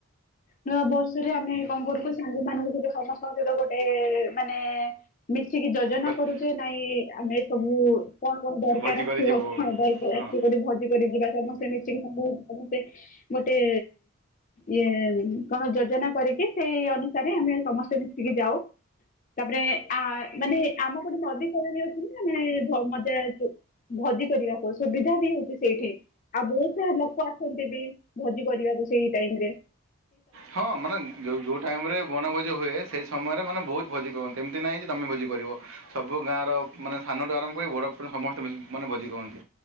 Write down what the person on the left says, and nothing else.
ନୂଆ ବର୍ଷରେ ଆମେ କଣ କରୁକି ସାଙ୍ଗ ମାନଙ୍କ ସହିତ ସମସ୍ତଙ୍କ ସହିତ ଗୋଟେ-ଏ ମାନେ-ଏ ମିଶିକି ଯୋଜନା
କରୁଚେ ନାଇଁ ଆମେ ସବୁ କଣ କଣ ଦରକାର
ଆସିବ
କଣ ରାତି
କରି ଭୋଜି କରି ଯିବା ସମସ୍ତେ ମିଶିକି। <unintelligible> ଗୋଟେ ଇଏ କଣ ଯୋଜନା କରିକି ସେଇ ଅନୁସାରେ ଆମେ ସମସ୍ତେ ମିଶିକି ଯାଉ। ତାପରେ ଆ ମାନେ ଆମ ପଟେ ନଦୀ ଫଦୀ ଅଛି ନା ମାନେ ଭ ମଜା ଆସେ। ଭୋଜି କରିବାକୁ ସୁବି ସୁଧା ବି ହଉଛି ସେଇଠି। ଆଉ ବହୁତ ସାରା ଲୋକ ଆସନ୍ତି ବି ଭୋଜି କରିବାକୁ ସେଇ ଟାଇମରେ